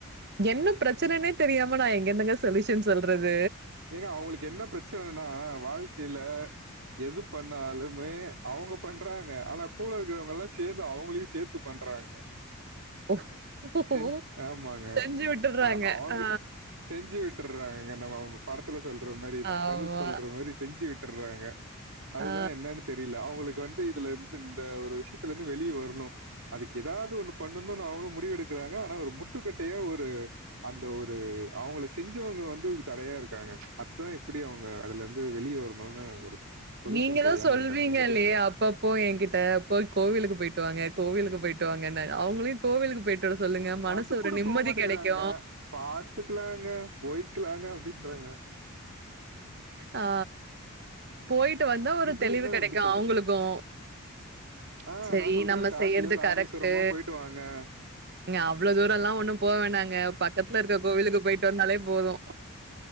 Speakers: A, on the right; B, on the right.
A: என்ன பிரச்சனைனே தெரியாம நா எங்கெந்துங்க சொல்யூஷ சொல்றது
B: ஏங்க அவங்களுக்கு என்ன பிரச்சனைன்னா வாழ்க்கையில எது பண்ணாலுமே அவங்க பண்றாங்க ஆனா கூல இருக்கிறவங்க எல்லா சேர்ந்து அவங்களையு சேர்த்து பண்றாங்க
A: ஓ
B: செஞ்ச ஆமாங்க
A: செஞ்சு விட்டுர்றாங்க.
B: ஆ அவங்க
A: ஆ
B: செஞ்சு விட்டுர்றாங்க நம்ம படத்துல சொல்ற மாரி நம்ம
A: ஆமா.
B: தனுஷ் சொல்ற மாரி செஞ்சு விட்டுர்றாங்க அதுதா
A: ஆ
B: என்னன்னு தெரியல அவங்களுக்கு வந்து இதுல இருந்து இந்த ஒரு விஷயத்துல இருந்து வெளியே வரணு அதுக்கு ஏதாவது ஒண்ணு பண்ணணும்னு அவங்களு முடிவு எடுக்கறாங்க ஆனா ஒரு முட்டுக்கட்டையா ஒரு அந்த ஒரு அவங்க செஞ்சவங்க வந்து ஒரு தடையா இருக்கு இருக்காங்க அத எப்டி அவங்க அதுல இருந்து வெளியே வரணும்னு ஒரு சொல்யூஷன்
A: நீங்க தா
B: தெரியாம
A: சொல்லுவீங்கல்லையே
B: இருக்காங்க. எங்கிட்டயும்
A: அப்ப அப்ப போ என்கிட்ட போய் கோவிலுக்கு போயிட்டு வாங்க கோவிலுக்கு போயிட்டு வாாங்க அவங்களையு கோவிலுக்கு போயிட்டு வர சொல்லுங்க மனசு
B: அதுக்கூட
A: ஒரு நிம்மதி
B: போ மாட்டேங்கிறாங்க.
A: கிடைக்கு
B: பாத்துக்கலாங்க போய்க்கலாங்க அப்டின்றாங்க
A: ஆ ஆ போயிட்டு வந்தா ஒரு
B: இப்படி
A: தெளிவு
B: இருந்தா நான்
A: கெடைக்கும்
B: எப்படி சொல்றது?
A: அவங்களுக்கும்
B: ஆ
A: சரி
B: நான் சொல்றேன்
A: நம்ம
B: காசியோ,
A: செய்யறது
B: ராமேஸ்வரமோ
A: கரெக்டு
B: போயிட்டு வாங்க.
A: ங்க அவ்வளவு தூரோல்லா ஒண்ணும் போவேணாங்க பக்கத்துல இருக்க கோவிலுக்கு போயிட்டு வந்தாலே போதும்